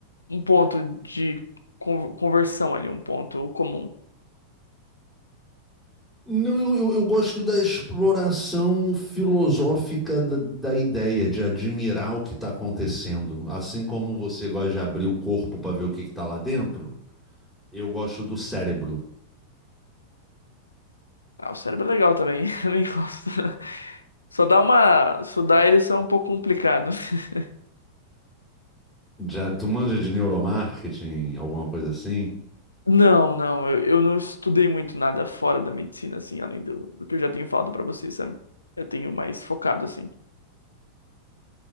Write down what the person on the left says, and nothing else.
um ponto de con- conversão ali, um ponto comum.
Ah, o cérebro é legal também, <laughs> também gosto. Só dá uma. Só dá ereção um pouco complicado. <laughs>
Não, não, eu, eu não estudei muito nada fora da medicina, assim, além do, do que eu já tenho falado pra você, sabe? Eu tenho mais focado, assim.